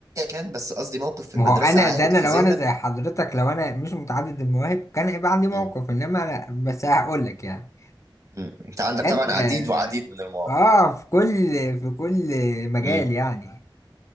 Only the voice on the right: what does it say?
كان بس قصدي موقف في
المدرسة
عالق
في
ذهنك
م.
م. انت عندك
طبعا
عديد وعديد من المواقف
م.